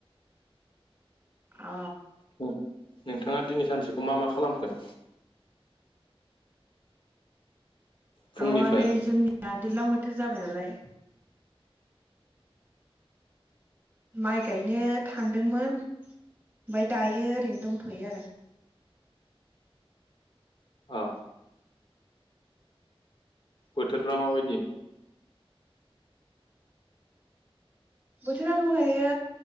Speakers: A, on the right; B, on the left.
A: अ
B: उम, नोंथाङा दिनै सानसेखौ मा मा खालामखो? फुंनिफ्राय
A: अ नै जोंनिया दैज्लां बो थोर जाबाय नालाय माइ गायनो थांदोंमोन, ओमफ्राय दायो ओरैनो दंथ'यो आरो
B: औ बोथोरफ्रा माबायदि?
A: बोथोरा दहायो